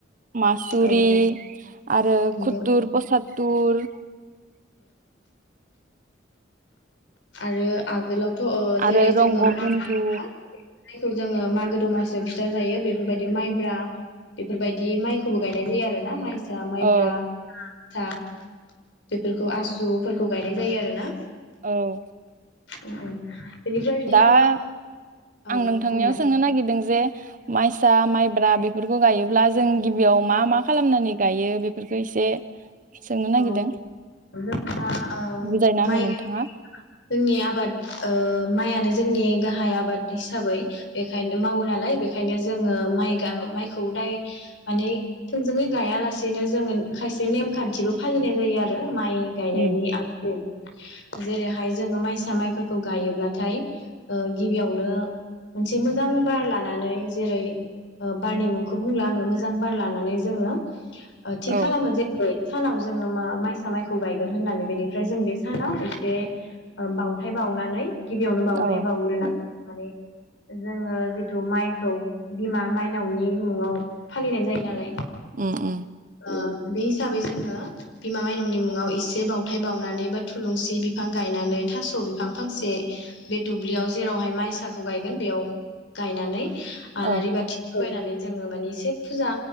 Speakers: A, on the right; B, on the left.
A: मासुरि
B: औ
A: आरो
B: नंगौ
A: खुथुर प्रसाद टुर
B: आरो आगोलाव थ' ओ
A: आरो
B: जेरै
A: रंग
B: जोङो मा
A: बन्धु
B: माइखौ जोङो मागो दमासियाव फिथा जायो बेफोरबायदि माइब्रा बेफोरबायदि माइखौबो गायनाय जायो आरो ना माइ मायब्रा
A: औ
B: बेफोरखौ आसुफोरखौ गायनाय जायो आरो ना
A: औ
B: औ बेनिफ्राय बिदिनो
A: दा
B: औ
A: आं नोंथांनियाव
B: बुंलाय
A: सोंनो नागिरदों जे माइसा माइब्रा बेफोरखौ गायोब्ला जों गिबियाव मा मा खालामनानै गायो बेफोरखौ एसे सोंनो नागिरदों
B: औ जोंहा ओ
A: बुजायना
B: माइ
A: हो नोंथाङा
B: जोंनि आबाद ओ माइ जोंनि गाहाय आबाद हिसाबै बेखायनो मावो नालाय बेखायनो जोङो मा माइखौ दाय माने थोंजोङै गायालासेनो जोङो खायसे नेमखान्थिबो फालिनाय जायो आरो माइ गायनायनि
A: उम
B: आख जेरैहाय जोङो माइसा माइफोरखौ गायोब्लाथाय ओ गिबियावनो मोनसे मोजां बार लानानै जेरै बारनि मुंखौ बुंला आङो मोजां बार लानानै जोङो ओ थि
A: औ
B: खालामो जे सानाव जोङो माइसा माइखौ गायगोन होननानै बेनिफ्राय जों बे सानाव एसे बावथाय बावनानै गिबियावनो बावथाय
A: औ
B: बावग्रोना माने जोङो जिथु माइखौ बिमा माइनावनि मुङाव फालिनाय जायो नालाय
A: उम उम।
B: ओ बे हिसाबै जोङो‌ बिमा मायनावनि मुङाव एसे बावथाय बावनानै बा थुलुंसि बिफां गायनानै थास' बिफां फांसे बे दुब्लियाव जेरावहाय माइसाखौ गायगोन बेयाव गायनानै
A: औ
B: आलारि बा फैनानै जोङो मानिे एसे फुजा